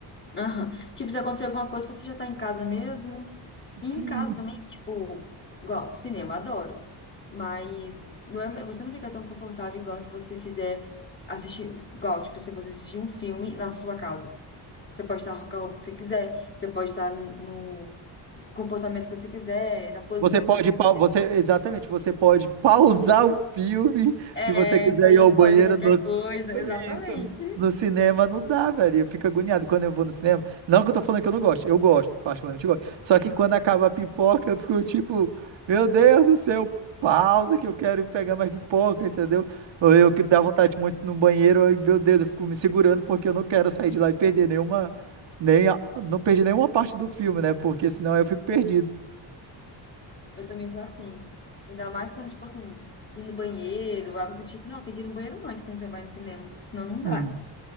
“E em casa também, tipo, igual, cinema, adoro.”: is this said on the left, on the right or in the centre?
Left